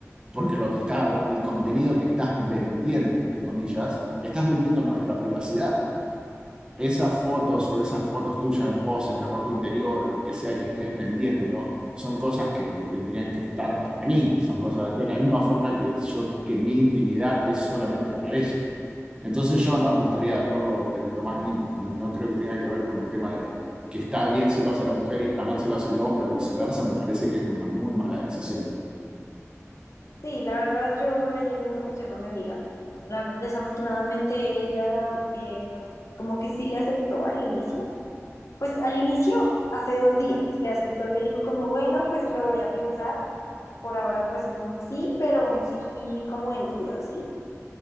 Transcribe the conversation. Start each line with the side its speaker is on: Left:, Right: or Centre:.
Right: porque lo que está, el contenido que estás vendiendo, entre comillas, estás vendiendo nuestra privacidad. Esas fotos o esas fotos tuyas en poses de ropa interior o lo que sea que estés vendiendo, son cosas que tendrían que estar para mí, son cosas de la misma forma que yo, que mi intimidad es solamente para ella. Entonces yo no, no estaría de acuerdo, pero en lo más mínimo, no, no creo que tenga que ver con un tema de que está bien si lo hace la mujer y está mal si lo hace el hombre o viceversa, me parece que es una muy mala decisión.
Left: Sí, la verdad, yo le di el mismo consejo a mi amiga. La- desafortunadamente, ella, eh, pues, como que sí le aceptó al inicio Pues al inicio, hace dos días, le aceptó, le dijo como, bueno, pues lo voy a pensar. Por ahora pues es un sí, pero un sí como en duda, ¿sí?